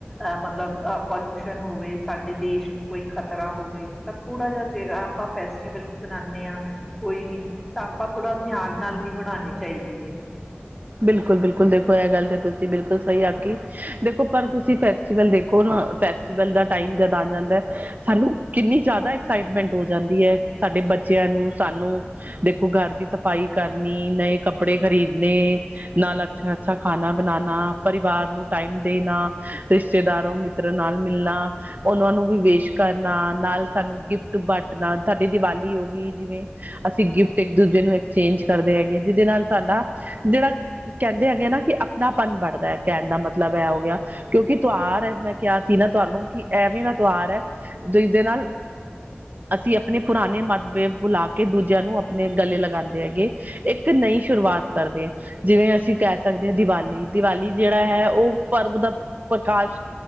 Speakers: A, in the centre; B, on the right.
A: ਅ ਮਤਲਬ ਅ ਪੋਲੂਸ਼ਨ ਹੋਵੇ, ਸਾਡੇ ਦੇਸ਼ ਨੂੰ ਕੋਈ ਖ਼ਤਰਾ ਹੋਵੇ ਤਾਂ ਥੋੜਾ ਜਾ ਜੇੜਾ ਆਪਾਂ ਫੈਸਟੀਵਲ ਵੀ ਬਨਾਨੇਂ ਆਂ ਕੋਈ ਵੀ ਤਾਂ ਆਪਾਂ ਥੋੜਾ ਧਿਆਨ ਨਾਲ ਵੀ ਬਨਾਨੇਂ ਚਾਈਦੇ ਨੇ
B: ਬਿਲਕੁਲ-ਬਿਲਕੁਲ ਦੇਖੋ ਐ ਗੱਲ ਤੇ ਤੁਸੀਂ ਬਿਲਕੁਲ ਸਈ ਆਖੀ। ਦੇਖੋ ਪਰ ਤੁਸੀਂ ਫੈਸਟੀਵਲ ਦੇਖੋ ਨਾ ਫੈ ਸਟੀਬਲ ਦਾ ਟਾਈਮ ਜਦ ਆ ਜਾਂਦੈ ਸਾਨੂੰ ਕਿੰਨੀ ਜਾਦਾ ਐਕਸਾਈਟਮੈਂਟ ਹੋ ਜਾਂਦੀ ਐ ਸਾਡੇ ਬੱਚਿਆਂ ਨੂੰ, ਸਾਨੂੰ ਦੇਖੋ ਘਰ ਦੀ ਸਫਾਈ ਕਰਨੀ, ਨਏ ਕੱਪੜੇ ਖਰੀਦਨੇ ਨਾਲ ਅੱਛਾ-ਅੱਛਾ ਖਾਨਾ ਬਨਾਨਾ, ਪਰਿਵਾਰ ਨੂੰ ਟਾਈਮ ਦੇਨਾ, ਰਿਸ਼ਤੇਦਾਰੋ ਮਿੱ ਤਰਾ ਨਾਲ ਮਿਲਨਾ ਓਨਾਂ ਨੂੰ ਵੀ ਵਿਸ਼ ਕਰਨਾ, ਨਾਲ ਸਾਨੂੰ ਗਿਫਟ ਬਾਟਨਾ, ਸਾਡੀ ਦੀਵਾਲੀ ਹੋ ਗੀ ਜਿਵੇਂ ਅਸੀਂ ਗਿਫਟ ਇੱਕ ਦੂਜੇ ਨੂੰ ਐਕਸਚੇਂਜ ਕਰਦੇ ਹੈਗੇ ਜਿਹਦੇ ਨਾਲ ਸਾਡਾ ਜਿਹੜਾ ਕਹਿੰਦੇ ਹੈਗੇ ਨਾ ਕਿ ਆਪਣਾਪਨ ਬੜਦਾ ਹੈ ਕਹਿਣ ਦਾ ਮਤਲਬ ਇਹ ਹੋ ਗਿਆ। ਕਿਉਂਕਿ ਤਿਉਹਾਰ ਮੈਂ ਕਿਹਾ ਸੀ ਨਾ ਤੁਹਾਨੂੰ ਕਿ ਐਵੇਂ ਦਾ ਤਿਉਹਾਰ ਹੈ ਜਿਸਦੇ ਨਾਲ <inaudible> ਅਸੀਂ ਆਪਣੇ ਪੁਰਾਣੇ ਮਤਬੇ ਬੁਲਾ ਕੇ ਦੂਜਿਆਂ ਨੂੰ ਆਪਣੇ ਗਲੇ ਲਗਾਦੇ ਹੈਗੇ ਇੱਕ ਨਈ ਸ਼ੁਰੂਆਤ ਕਰਦੇ ਆ ਜਿਵੇਂ ਅਸੀਂ ਕਹਿ ਸਕਦੇ ਹਾਂ ਦੀਵਾਲੀ ਦੀਵਾਲੀ ਜਿਹੜਾ ਹੈ ਉਹ ਪਰਵ ਦਾ ਪ੍ਰਕਾਸ਼